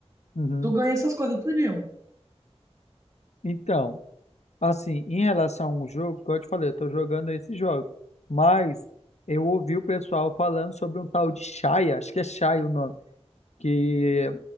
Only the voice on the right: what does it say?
tu ganha essas coisas tudinho.